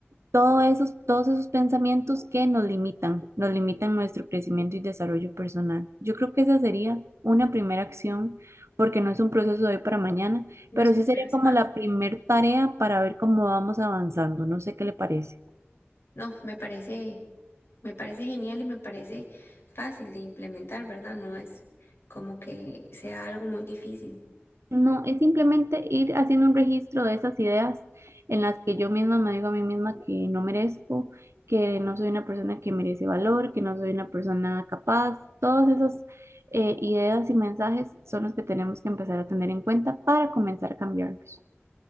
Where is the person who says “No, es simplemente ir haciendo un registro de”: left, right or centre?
Right